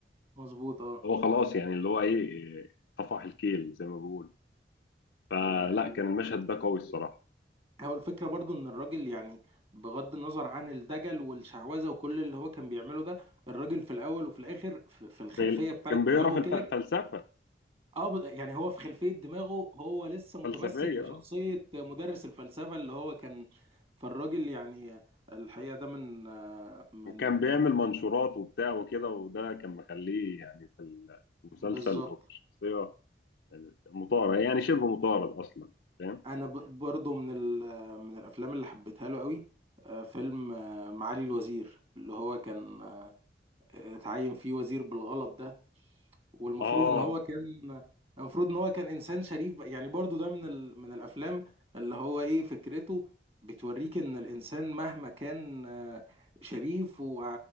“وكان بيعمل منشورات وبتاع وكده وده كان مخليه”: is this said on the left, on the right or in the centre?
Left